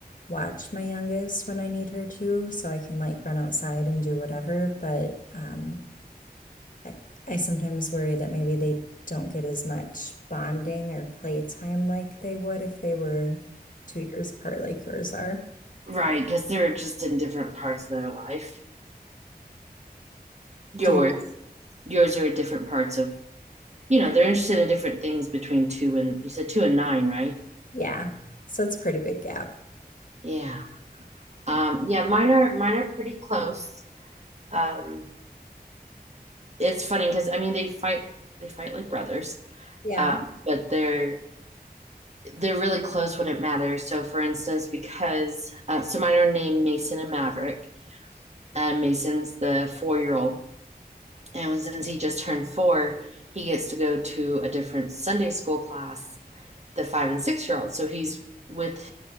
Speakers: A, on the left; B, on the right.
A: watch my youngest when I need her to, so I can like run outside and do whatever. But um, I, I sometimes worry that maybe they don't get as much bonding or playtime like they would if they were two years apart like yours are.
B: Right, because they're just in different parts of their life. Yours,
A: Do you?
B: yours are different parts of, you know, they're interested in different things between two and you said two and nine, right?
A: Yeah. So it's a pretty big gap.
B: Yeah. Um, yeah, mine are mine are pretty close. Um, it's funny because I mean they fight they fight like brothers.
A: Yeah,
B: um, but they're they're really close when it matters. So, for instance, because uh, so mine are named Mason and Maverick, and Mason's the four year old, and since he just turned four, he gets to go to a different Sunday school class, the five and six year olds. So he's with